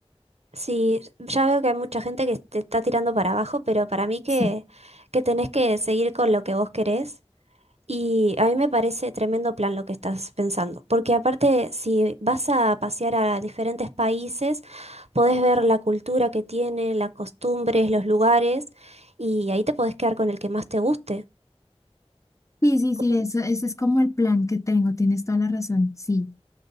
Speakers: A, on the right; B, on the left.
A: Sí, ya veo que hay mucha gente que te está tirando para abajo, pero para mí que,
B: Sí,
A: que tenés que seguir con lo que vos querés. Y a mí me parece tremendo plan lo que estás pensando, porque aparte si vas a pasear a diferentes países, podés ver la cultura que tienen, las costumbres, los lugares, y ahí te podés quedar con el que más te guste.
B: sí, sí, sí,
A: Mm,
B: eso, ese es como el plan que tengo, tienes toda la razón, sí.